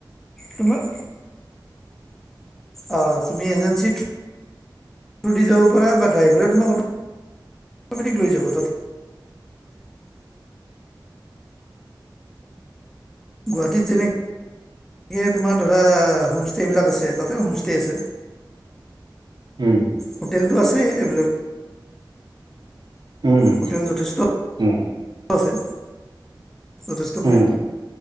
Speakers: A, in the centre; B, on the right.
A: তোমাক অ', তুমি এজেঞ্চিৰ থ দি যাব পাৰা বা ড্ৰাইভাৰে তোমাক অ' অটমেটিক লৈ যাব তাতে গুৱাহাটীত যেনে এনেকে তোমাৰ ধৰা হোমষ্টেবিলাক আছে তাতে হোমষ্টে আছে।
B: উম।
A: হোটেলটো আছে এভেইলেবল
B: উম,
A: হোটেল যথেষ্ট
B: উম
A: যথেষ্ট পৰিমা
B: উম,